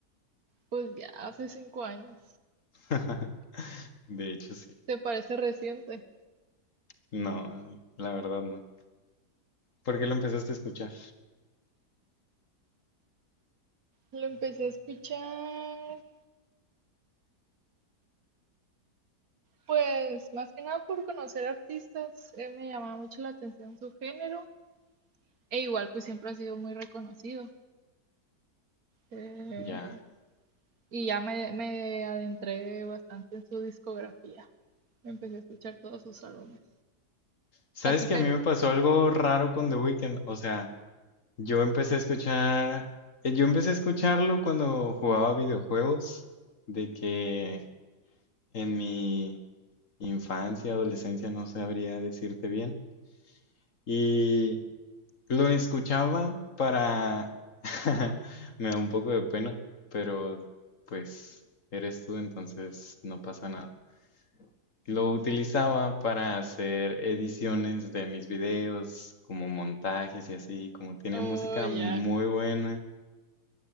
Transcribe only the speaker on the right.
pues ya hace cinco años.
¿Te parece reciente?
Lo empecé a escuchar, pues más que nada por conocer artistas. eh, me llamaba mucho la atención su género. E igual, pues siempre ha sido muy reconocido. Eh,
y ya me, me adentré bastante en su discografía. Empecé a escuchar todos sus álbumes.
A ti,
qué-
Oh,
ya.